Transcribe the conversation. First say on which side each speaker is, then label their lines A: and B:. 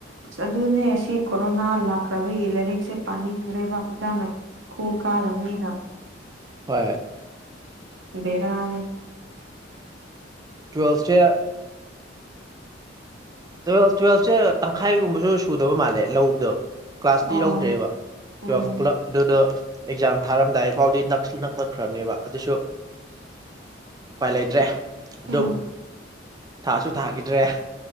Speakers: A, on the right; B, on the right.
A: ꯑꯗꯨꯅꯦ ꯁꯤ ꯀꯣꯔꯣꯅꯥ ꯂꯥꯛꯈ꯭ꯔꯕꯒꯤ ꯂꯥꯏꯔꯤꯛꯁꯦ ꯄꯥꯅꯤꯡꯗ꯭ꯔꯦꯕ ꯍꯛꯖ ꯀꯨꯀꯥ ꯅꯉꯒ
B: ꯍꯣꯏ
A: ꯕꯔꯅꯦ
B: ꯇ꯭ꯋꯦꯜꯊ ꯇꯨꯌꯦꯦꯜ ꯇꯨꯋꯦꯜꯞꯁꯦ ꯇꯪꯈꯥꯏꯒꯨꯝꯕꯁꯨ ꯁꯨꯗꯕ ꯃꯥꯜꯂꯦ ꯂꯧꯕꯗꯣ ꯀ꯭ꯂꯥꯁꯇꯤ
A: ꯑꯣ
B: ꯂꯧꯧꯗ꯭ꯔꯦꯕ
A: ꯎꯝ
B: ꯇꯨꯋꯦꯜ ꯄꯨꯂꯞ ꯑꯗꯨꯗ ꯑꯦꯛꯖꯥꯝ ꯊꯥꯔꯝꯗꯥꯏꯐꯥꯎꯗꯤ ꯅꯛꯂꯛꯈ꯭ꯔꯕꯅꯦꯕ ꯑꯗꯨꯁꯨ ꯎꯄꯥꯏ ꯂꯩꯇ꯭ꯔꯦ ꯑꯗꯨꯝ
A: ꯎꯝ
B: ꯊꯥꯁꯨ ꯊꯥꯈꯤꯗ꯭ꯔꯦ